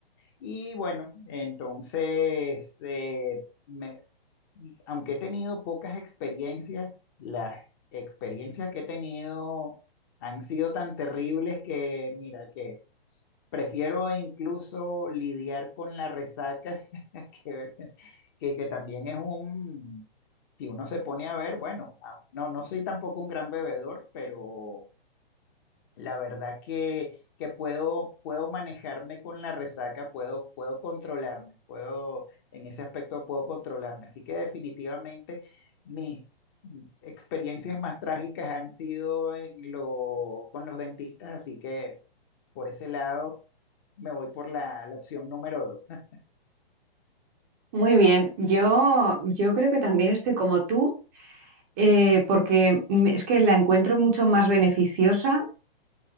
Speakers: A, on the left; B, on the right.
A: Y bueno, entonces, eh, me- aunque he tenido pocas experiencias, las experiencias que he tenido han sido tan terribles que, mira, que prefiero incluso lidiar con la resaca, <laughs> que, que, que también es un, si uno se pone a ver, bueno, a- no, no soy tampoco un gran bebedor, pero la verdad que, que puedo, puedo manejarme con la resaca, puedo, puedo controlarme, puedo, en ese aspecto puedo controlarme. Así que definitivamente mis experiencias más trágicas han sido en lo, con los dentistas, así que por ese lado me voy por la, la opción número dos.
B: Muy bien, yo, yo creo que también estoy como tú, eh, porque mm, es que la encuentro mucho más beneficiosa